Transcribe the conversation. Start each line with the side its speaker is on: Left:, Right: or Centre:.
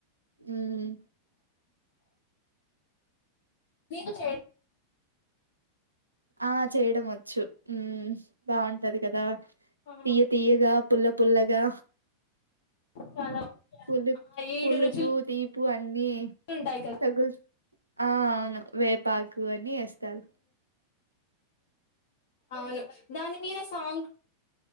Right: ఉమ్
Left: నేను చే
Right: ఆ చేయడం వచ్చు ఊ బాగుంటది కదా
Left: ఆ
Right: తీయ్య తియ్యగా పుల్ల పుల్లగా
Left: చాలా
Right: పుల్ప్
Left: ఆ ఏడు
Right: పలుపు
Left: రుచులు
Right: తి ప్పు అన్నీ
Left: ఉంటాయి కదా
Right: తగుళ్తు ఆ అవును వేపాక్ ఇవన్ని ఎస్తలు
Left: ఔను దాని మీద సాంగ్